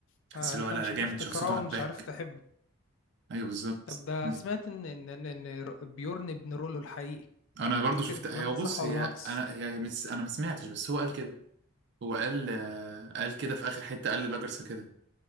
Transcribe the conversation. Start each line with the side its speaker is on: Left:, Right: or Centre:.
Left: فانت
Right: تحس اللي هو لا
Left: مش
Right: ده جامد
Left: عارف تكرهه
Right: شخصيته عجباك
Left: ومش عارف تحبه
Right: ايوه بالظبط
Left: طب ده
Right: بالظبط.
Left: سمعت ان ان ان إن بيورن ابن رولو الحقيقي
Right: انا برضه
Left: تفتكر
Right: شفت
Left: الكلام
Right: هي بص
Left: ده صح ولا
Right: هي
Left: هقص
Right: انا هي مس... انا ما سمعتش بس هو قال كده هو قال آه، قال كده في اخر حته قال للاجرسه كده